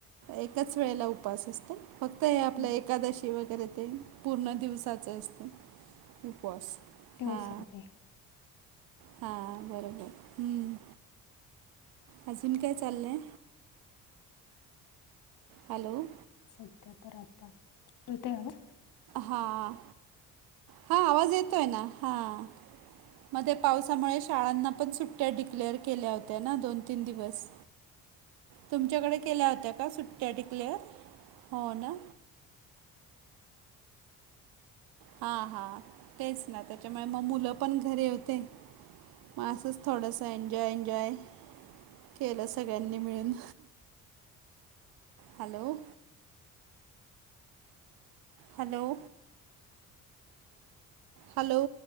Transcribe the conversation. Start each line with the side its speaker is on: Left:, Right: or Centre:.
Right: एकाच वेळेला उपास असतो. फक्त हे आपल्या
Left: हं.
Right: एकादशी वगैरे तेन पूर्ण दिवसाचं असत. उपवास
Left: ते
Right: हा!
Left: उसळते
Right: हा, बरोबर हम्म! अजून काय चाललयं? हॅलो!
Left: सध्या तर आता, <unintelligible>
Right: हां, हा आवाज येतोय ना, हां मध्ये पावसामुळे शाळांना पण सुट्ट्या डिक्लेअर केल्या होत्या ना, दोन तीन दिवस. तुमच्याकडे केल्या होत्या का, सुट्ट्या डिक्लेअर, हो ना हा हा, तेच ना त्याच्यामुळे मग मुलं पण घरी होते मग असंच थोडासं, एन्जॉय एन्जॉय केलं सगळ्यांनी मिळून, हॅलो हॅलो हॅलो